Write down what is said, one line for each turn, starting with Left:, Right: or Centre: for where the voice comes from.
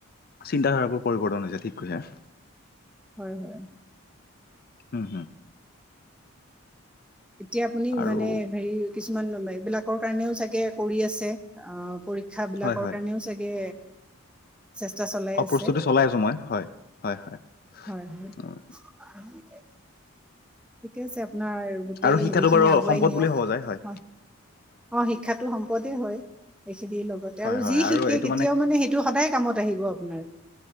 Left: চিন্তা ধাৰাবোৰ পৰিৱৰ্তন হৈছে ঠিক কৈছে।
Centre: হয়। হয়।
Left: হম হম
Centre: এতিয়া আপুনি
Left: আৰু
Centre: মানে হেৰি কিছুমান এইবিলাকৰ কাৰণেও চাগে কৰি আছে। অ পৰী শিক্ষা বিলাকৰ
Left: হয় হয়।
Centre: কাৰণেও চাগে চেষ্টা চলাই
Left: অ
Centre: আছে।
Left: প্ৰস্তুতি চলাই আছো মই হয়। হয় হয়
Centre: হয়। হয়।
Left: উম।
Centre: ঠিকে আছে আপোনাৰ গোটেই
Left: আৰু শিক্ষাটো
Centre: হেৰিখিনি
Left: বাৰু
Centre: আগুৱাই
Left: সম্পদ
Centre: নিয়ক
Left: বুলিয়ে সহজায় হয়‌।
Centre: হয় অ শিক্ষাটো সম্পদে হয়। এইখিনিৰ লগতে
Left: হয়
Centre: আৰু
Left: হয়
Centre: যি শিকে
Left: এইটো
Centre: কেতিয়াও মানে সেইটো সদায় কামত আহিব আপোনাৰ।